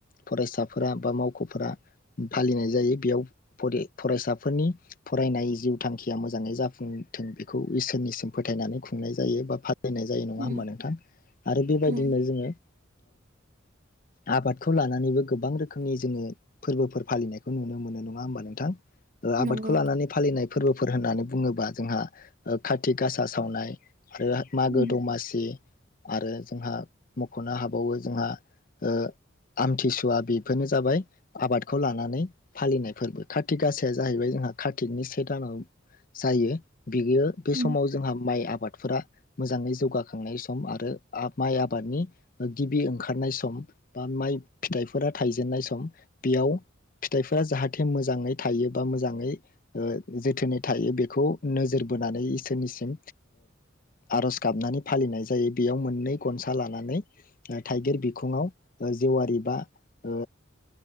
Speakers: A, on the left (about 45°); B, on the right (about 40°).
A: फरायसाफोरा बा मावख'फोरा फालिनाय जायो । बेयाव फरायसाफोरनि फरायनाय जिउ थांखिया मोजांङै जाफुंथों बेखौ इसोरनिसिम फोथायनानै खुंनाय जायो बा फालिनाय जायो नंङा
B: उम
A: होमबा नोंथां आरो बेबायदिनो
B: उम
A: जोंङो आबादखौ लानानैबो गोबां रोखोमनि जोंङो फोरबोफोर फालिनायखौ नुनो मोनो नङा होमबा नोंथां? आबादखौ
B: नंगौ
A: लानानै फालिनाय फोरबो होननानै बुङोबा जोंहा ओ खाथि गासा सावनाय आरो मागो
B: उम
A: दमासि आरो जोंहा मख'नो हाबावो जोंहा ओ आमथिसुवा बेफोरनो जाबाय आबादखौ लानानै फालिनाय फोरबो कार्ति गाासाया जाहैबाय जोंहा कार्तिकनि से दानाव जायो । बियो बे
B: उम
A: समाव जोंहा माइ आ आबादफोरा मोजाङै जौगाखांनाय सम आरो माइ आबादनि गिबि ओंखारनाय सम बा माइ फिथाइफोरा थायजेननाय सम बेयाव फिथाइफोरा जाहाथे मोजांङै थायो बा मोजांङै ओ जोथोनै थायो बेखौ नोजोर बोनानै इसोरनिसिम आर'ज गाबनानै फालिनाय जायो । बेयाव मोननै गनसा लानानै थाइगिर बिखुङाव ओ जेवारि बा ओ